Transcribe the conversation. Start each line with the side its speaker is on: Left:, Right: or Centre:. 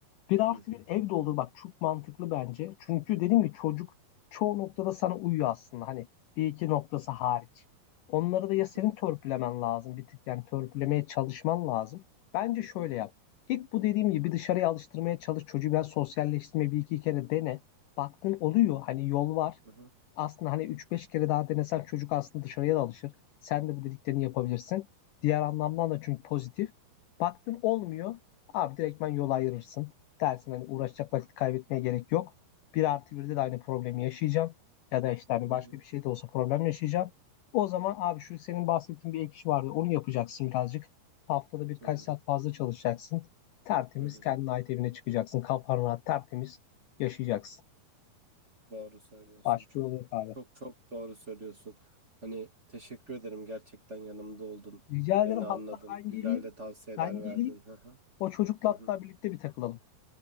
Left: bir artı
Right: Hı
Left: bir ev de olur bak çok mantıklı bence. Çünkü dediğim gibi çocuk çoğu noktada sana uyuyor aslında hani bir iki noktası hariç.
Right: hı hı
Left: Onları da ya senin
Right: hı
Left: törpülemen lazım bir tık yani törpülemeye
Right: hı
Left: çalışman lazım. Bence şöyle
Right: hı hı
Left: yap. İlk bu dediğim gibi dışarıya alıştırmaya çalış çocuğu biraz sosyalleştirme bir iki kere dene. Baktın oluyor hani yol var
Right: hı
Left: aslında hani üç beş kere daha denesen çocuk aslında dışarıya da alışır. Sen de bu dediklerini yapabilirsin. Diğer anlamdan da çünkü pozitif. Baktın olmuyor. Abi direktmen yol ayırırsın. Dersin hani uğraşacak vakit kaybetmeye gerek yok. Bir artı birde de aynı problemi yaşayacağım. Ya da işte hani
Right: hı
Left: başka bir şey de olsa problem yaşayacağım. O zaman abi şu senin bahsettiğin bir ek iş vardı. Onu yapacaksın birazcık. Haftada birkaç
Right: hı
Left: saat fazla çalışacaksın. Tertemiz
Right: hı hı.
Left: kendine ait evine çıkacaksın. Kafan rahat tertemiz yaşayacaksın.
Right: Doğru söylüyorsun.
Left: Başka
Right: Çok
Left: yolu yok abi.
Right: çok çok doğru söylüyorsun. Hani teşekkür ederim gerçekten yanımda oldun.
Left: Rica ederim
Right: Beni anladın.
Left: hatta ben
Right: Güzel
Left: geleyim.
Right: de tavsiyeler
Left: Ben geleyim.
Right: verdin. Hı hı.
Left: O çocukla
Right: Hı
Left: hatta
Right: hı.
Left: birlikte bir takılalım.